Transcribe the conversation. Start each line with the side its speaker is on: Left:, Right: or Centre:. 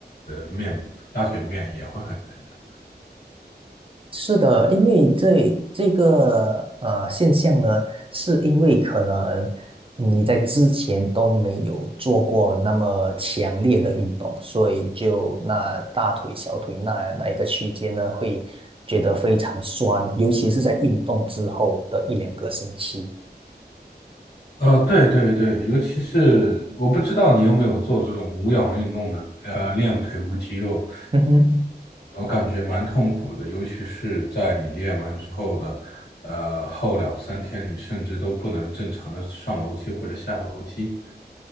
Left: 面大腿面也会很疼的。
Right: 是的，因为这这个呃现象呢，是因为可能嗯你在之前都没有做过那么强烈的运动，所以就那大腿、小腿那那一个区间呢，会觉得非常酸，尤其是在运动之后的一两个星期。
Left: 呃，对对对，尤其是我不知道你有没有做这种无氧运动的，呃，练腿部肌肉，
Right: 嗯哼。
Left: 我感觉蛮痛苦的，尤其是在你练完之后的，呃，后两三天，你甚至都不能正常的上楼梯或者下楼梯。